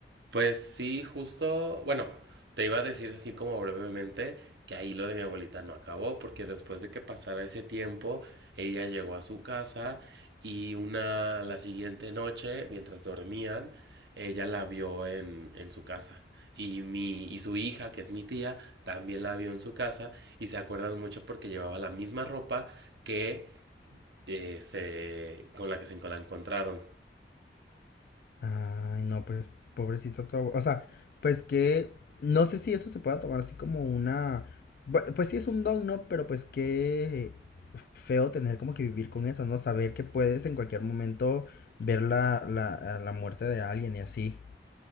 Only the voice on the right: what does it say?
Pues sí, justo, bueno, te iba a decir así como brevemente que ahí lo de mi abuelita no acabó, porque después de que pasara ese tiempo, ella llegó a su casa y una, la siguiente noche, mientras dormían, ella la vio en, en su casa. Y, mi, y su hija, que es mi tía, también la vio en su casa y se acuerdan mucho porque llevaba la misma ropa que eh, se, con la que se la encontraron.